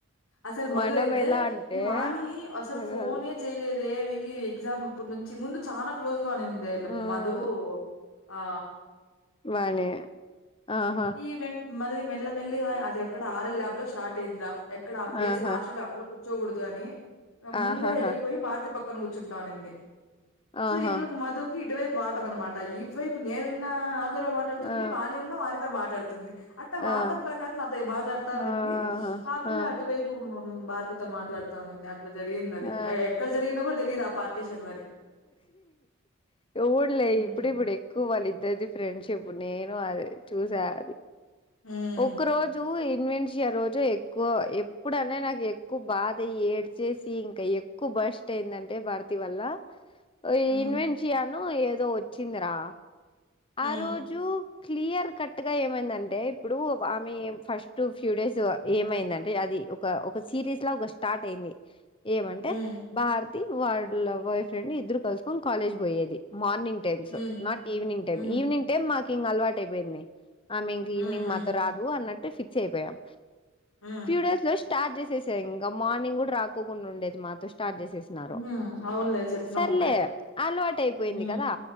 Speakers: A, on the left; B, on the left.
A: అసల్ మధు
B: మనం
A: అయితే
B: ఎలా అంటే
A: ఈ వాణీ అసల్
B: అట్లా
A: ఫోనే
B: కాదు
A: చేయలేద్ దేవీ ఎగ్జామ్ అప్పుడ్ నుంచి ముందు చాలా క్లోజ్ గా ఉండింది దేలె
B: మ్మ్
A: మధూ ఆ
B: మనీ ఆహా
A: ఈవెంట్ మళ్ళీ మల్లమెల్లిగా అది ఎక్కడ ఆరెల్ ల్యాబ్ లో స్టార్ట్ అయిందరా ఎక్కడ ఆ ప్లేస్
B: ఆహా
A: లాస్ట్ లోనె చొకూడదు అని ముందే
B: ఆహాహా
A: ఎళ్ళలిపోయి భారతి పక్కన కూర్చుంటా అనింది సో
B: ఆహా
A: ఇప్పలకి మధుకి ఇటువైప్ వాటం అనమాట ఇటువైపు నేనున్నా మాట్లాడుతుంది
B: ఆ
A: వాణి వున్న వానితో మాట్లాడుతుంది అట్ట వాత
B: ఆ
A: ప్రకారం అది బాట్లాడతానండి
B: ఆహా
A: ఆ పిల్ల అటువైపు భారతీతో మాట్లాడుతా ఉంది అట్లా జరిగింది అది
B: ఆ
A: ఎక్కడ జరిగినో గుడా తెలీదు ఆ పార్టీషన్ మరి
B: ఊండ్లే
A: హ్మ్.
B: ఇప్పుడిప్పుడ్ ఎక్కువ వాళ్ళిద్దరిది ఫ్రెండ్షిప్ ఉ నేను అదే చూసా అది
A: హ్మ్.
B: ఒక్క రోజు ఇ ఇన్వెంషియా రోజు ఎక్కువ ఎప్పుడన్నా నాకు ఎక్కువ బాధ అయి ఏడ్చేసి ఇంకా ఎక్కు ఫస్ట్ ఏందంటే భారతీ వల్ల ఓయ్
A: హ్మ్.
B: ఇన్వెంషియాను ఏదో వచ్చిందిరా
A: హ్మ్.
B: ఆ రోజు క్లియర్ కట్ గా ఏమైందంటే ఇప్పుడు ఆమె ఫస్ట్ ఫ్యూ డేస్ ఏమైందంటే అది ఒక ఒక సిరీస్ ఒక స్టార్ట్ అయింది ఏమంటే
A: హ్మ్.
B: భారతి వాళ్ళ బాయ్ ఫ్రెండ్ ఇద్దరు కలుసుకొని కాలేజ్ పోయేది మార్నింగ్ టైమ్స్
A: హ్మ్.
B: నాట్ ఈవినింగ్ టైం
A: హ్మ్.
B: ఈవినింగ్ టైం మాకు ఇంకా అలవాటు అయిపోయింది ఆమె ఇంక
A: హ్మ్.
B: ఈవినింగ్
A: హ్మ్.
B: మాతో ఇంక రాదు అన్నట్టు ఫిక్స్ అయిపోయాం
A: హ్మ్.
B: ఫ్యూ డేస్ లోష్ స్టార్ట్ చేసేసే ఇంగా మార్నింగ్ కూడా రాకోకుండ ఉండేది మాతో స్టార్ట్ చేసేసినారు
A: హ్మ్ అవునులే చెప్పినావు
B: సర్లే
A: అప్పుడే
B: అలవాటు అయిపోయింది
A: హ్మ్
B: కదా